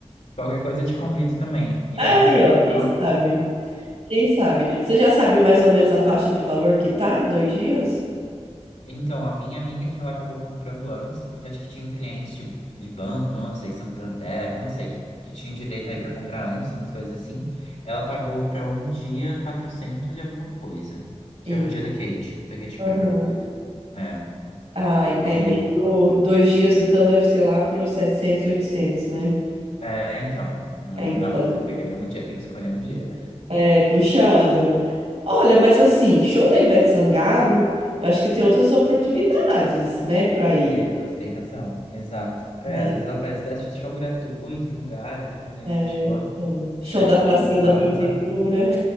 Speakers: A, on the left; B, on the right.
A: Qualquer coisa eu te convido também. E
B: Aí,
A: a gente se encontra
B: ó, quem
A: lá, então.
B: sabe? Quem sabe? Você já sabe mais ou menos a faixa de valor que tá? Dois dias?
A: Então, a minha amiga que ela acabou comprando antes, porque acho que tinha clientes de, de banco, não sei, Santander, não sei, que, que tinha direito aí pra comprar antes, umas coisas assim. Ela pagou pra um dia 400 e alguma coisa,
B: Ei.
A: que é o dia da Kate, da Katy Perry.
B: Aham.
A: É,
B: Ai, é
A: e,
B: meio. Dois dias, então deve ser lá para os 700, 800, né?
A: é, então, hum,
B: É, Então.
A: não, eu pegaria um dia, tem que escolher um dia.
B: É, puxando. Olha, mas assim, show da Ivete Sangalo, eu acho que tem outras oportunidades, né, para ir,
A: E você tem razão, exato. É,
B: né?
A: às vezes ela faz teste de show gratuito em lugares, dependendo
B: É,
A: de onde for.
B: então, show
A: É,
B: da pracinha
A: tem total
B: da prefeitura,
A: razão.